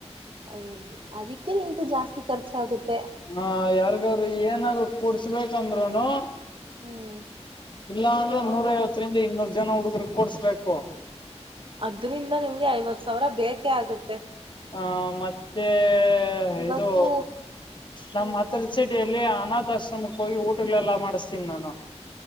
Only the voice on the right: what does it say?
ಹ ಅದಿಕ್ಕೆ ನಿಮಂತ ಜಾಸ್ತಿ ಖರ್ಚ ಆಗುತ್ತೆ
ಹ್ಮ್
ಅದ್ರಿಂದ ನಿಮ್ಗೆ ಐವತ್ ಸಾವಿರ ಬೇಕೆ ಆಗುತ್ತೆ
ಇವತ್ತು
ಹ್ಮ್